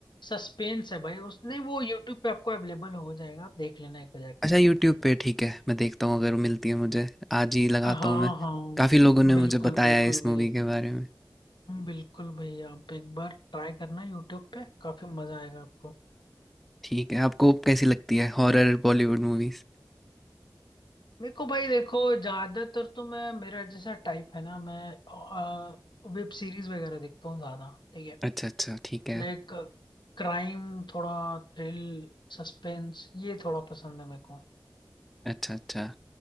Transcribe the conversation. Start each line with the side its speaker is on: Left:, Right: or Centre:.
Left: सस्पेंस है भाई उसने वो यूट्यूब पे आपको अवेलेबल हो जाएगा आप देख लेना एक बार जाके
Centre: अच्छा यूट्यूब पे ठीक है मैं देखता हूँ अगर वो मिलती है मुझे आज ही लगाता
Left: हाँ
Centre: हूँ मैं
Left: हाँ
Centre: काफी लोगों ने
Left: बिल्कुल
Centre: मुझे बताया
Left: बिल्कुल
Centre: है इस
Left: भाई
Centre: मूवी के बारे में
Left: बिल्कुल भाई आप एक बार ट्राई करना यूट्यूब पे काफी मजा आएगा आपको
Centre: ठीक है आपको कैसी लगती है हॉरर बॉलीवुड मूवीज
Left: मेरे को भाई देखो ज्यादातर तो मैं मेरा जैसा टाइप है ना मैं वेब सीरीज वगैरह देखता हूँ ज्यादा ठीक है
Centre: अच्छा अच्छा ठीक है
Left: लाइक क्राइम थोड़ा थ्रिल सस्पेंस ये थोड़ा पसंद है मेरे को
Centre: अच्छा अच्छा